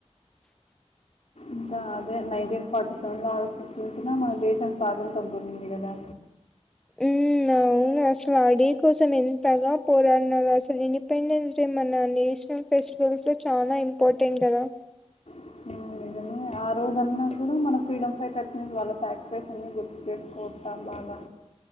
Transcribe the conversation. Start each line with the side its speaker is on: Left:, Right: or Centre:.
Left: ఇంకా అదే నైన్టీన్ ఫార్టీ సెవెన్ లో ఆగస్టు ఫిఫ్టీన్త్ న మన దేశం పాదం తో పొందింది కదా
Centre: మ్, అవు అసలు ఆ డే కోసం ఎంతగా పోరాడినారు. అసలు ఇండిపెండెన్స్ డే మన నేషనల్ ఫెస్టి వల్ చాలా ఇంపార్టెంట్ కదా
Left: ఆ, నిజమే ఆ రోజన్నా కూడా మనం ఫ్రీడమ్ ఫైటర్స్ ని, వాళ్ళ సాక్రిఫైస్ని అన్నీ గుర్తు చేసుకుంటాం బాగా.